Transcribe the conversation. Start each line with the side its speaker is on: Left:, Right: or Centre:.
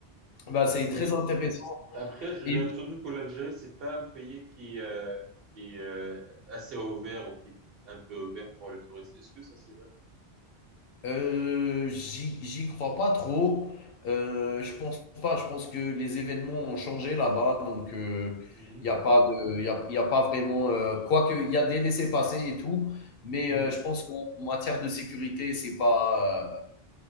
Left: bah, c'est
Right: Mais
Left: très intéressant.
Right: après, j'ai
Left: Et
Right: entendu que l'Algérie, c'est pas un pays qui, euh, qui est euh, assez ouvert ou qui est un peu ouvert pour les touristes. Est-ce que ça, c'est vrai?
Left: euh, j'y j'y crois pas trop. Euh, je pense pas. Je pense que les événements ont changé là-bas, donc euh,
Right: Hmm.
Left: il n'y a pas de, il y a, y a pas vraiment. Euh, quoique il y a des laissés-passer et tout, mais
Right: Hmm.
Left: euh, je pense qu'en matière de sécurité, c'est pas. euh,